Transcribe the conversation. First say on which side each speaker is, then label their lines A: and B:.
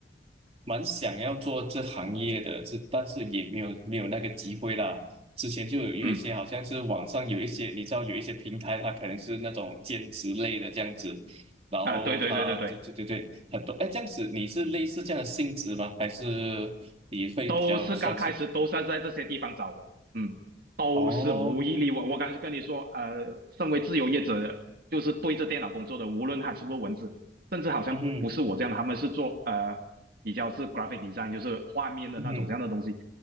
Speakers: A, on the right; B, on the right.
A: 蛮想要做这行业的，这但是也没有没有那个机会啦。之前就有有一些好像是网上有一些，
B: 嗯
A: 你知道有一些平台，它可能是那种兼职类的这样子，然后它对对对对很多哎这样子，
B: 啊，对对对对对。
A: 你是类似这样的性质吗？还是你会比较算是
B: 都是刚开始都是在这些地方找的，嗯，都是无一例外。
A: 哦
B: 我刚才跟你说，呃，身为自由业者，就是对着电脑工作的，无论他是不是文字，甚至好像不是我这样的，
A: 嗯哼
B: 他们是做呃比较是 graphic design，就是画面的那种这样的东西，
A: 嗯哼